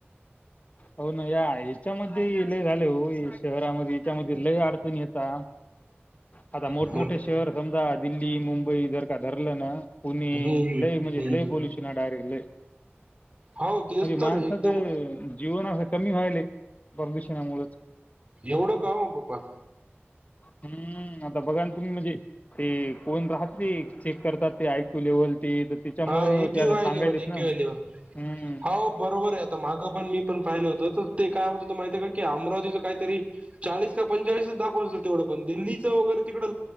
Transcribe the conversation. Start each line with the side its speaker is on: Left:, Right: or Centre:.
Left: हो ना या याच्यामध्ये लय झाले हो शहरामध्ये याच्यामध्ये लय अडचण येता. आता मोठमोठे
Right: मग
Left: शहर समजा दिल्ली मुंबई जर का धरलं ना कोणी
Right: हम्म हम्म
Left: लय म्हणजे
Right: हम्म
Left: लय
Right: हम्म
Left: पोलुशन आहे डायरेक्ट लय.
Right: हो
Left: म्हणजे
Right: तेच तर
Left: माणसाचं
Right: एकदम
Left: जीवन असं कमी व्हायलय प्रदूषणामुळेच.
Right: एवढं का ओ 'बप्पा.
Left: हम्म आता बघान तुम्ही म्हणजे, ते कोण राहते ते चेक करतात ते आयक्यू लेवल ते तर त्यामुळं
Right: हा एकयू
Left: त्याला सांगलेत
Right: आय लेवल एकयू
Left: ना हम्म
Right: आय लेवल हो बरोबर आहे आता मागं पण मी पण पाहिलं होतं तर ते काय होत माहिती आहे का की अमरावतीच काहीतरी चाळीस का पंचाळीसच दाखवत तेवढं पण दिल्लीचं वगैरे तिकडं